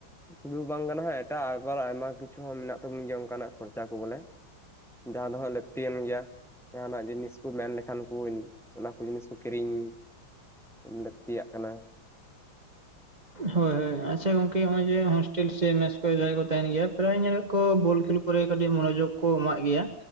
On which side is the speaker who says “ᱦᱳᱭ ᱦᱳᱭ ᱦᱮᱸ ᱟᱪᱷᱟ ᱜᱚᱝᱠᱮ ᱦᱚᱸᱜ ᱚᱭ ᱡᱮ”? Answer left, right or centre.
Right